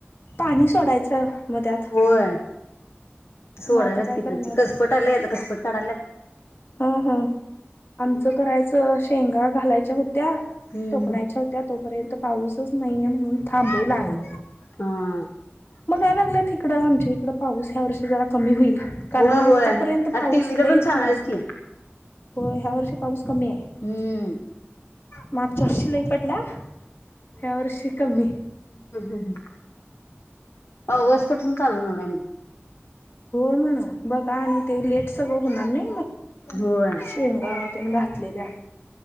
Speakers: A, on the left; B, on the left.
A: पाणी सोडायचं म त्यात.
B: होय सोडायलाच
A: मग आता काय
B: की,
A: करणार
B: कसपट आलय, आता कसपट काढायल्यात.
A: ह ह. आमचं करायचं शेंगा घालायच्या हो त्या
B: हम्म
A: टोकणायच्या
B: हम्म.
A: होत्या, तोपर्यंत पाऊसच नाहीये म्हणून थांबूवलं आमी.
B: हा
A: म्हणाय लागल्यात इकडं, आमच्या इकड पाऊस ह्या वर्षी जरा कमी होईल, कारण
B: होय
A: आतापर्यंत
B: होय आता
A: पाऊस
B: टीव्हीला
A: लय
B: पण
A: झाला
B: सांगायल्यात
A: अस
B: की
A: होय. ह्या वर्षी पाऊस कमी हाय.
B: हम्म
A: मागच्या वर्षी लय पडला, ह्या वर्षी कमी.
B: हम्म हम्म. ऑगस्टपासून चालु वणार आहे म
A: होय मणं, बघा आणि ते लेट सगळं होणार नै
B: होय
A: शेंगा घातलेल्या,